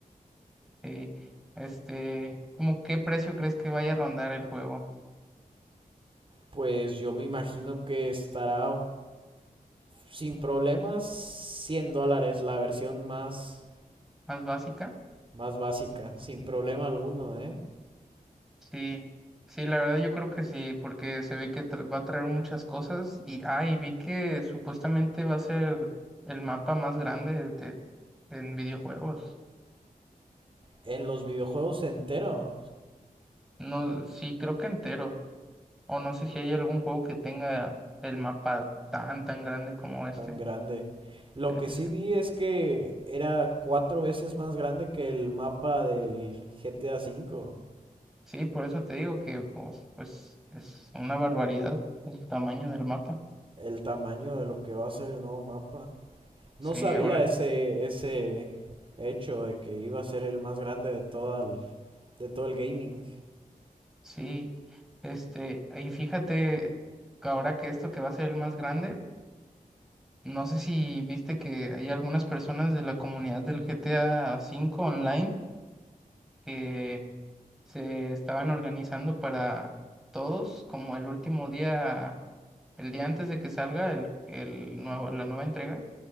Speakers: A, in the centre; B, on the right.
A: Eh, este, ¿cómo qué precio crees que vaya a rondar el juego?
B: Pues yo me imagino que estará sin problemas 100 dólares la versión más,
A: ¿Más básica?
B: más básica, sin problema alguno, ¿eh?
A: Sí, sí, la verdad yo creo que sí, porque se ve que tra- va a traer muchas cosas y, ah, y vi que supuestamente va a ser el mapa más grande de, en videojuegos.
B: En los videojuegos enteros,
A: No, sí, creo que entero. O no sé si hay algún juego que tenga el mapa tan, tan grande como este.
B: tan grande. Lo
A: Sí,
B: que
A: sí,
B: sí
A: sí.
B: vi es que era cuatro veces más grande que el mapa del GTA cinco
A: Sí, por eso te digo que pues, pues es una barbaridad el tamaño del mapa.
B: El tamaño de lo que va a ser el nuevo mapa. No
A: Sí,
B: sabía
A: ahora,
B: ese, ese hecho de que iba a ser el más grande de toda el- de todo el gaming.
A: sí, este, y fíjate que ahora que esto que va a ser el más grande, no sé si viste que hay algunas personas de la comunidad del GTA cinco online que se estaban organizando para todos, como el último día, el día antes de que salga el, el nuevo, la nueva entrega,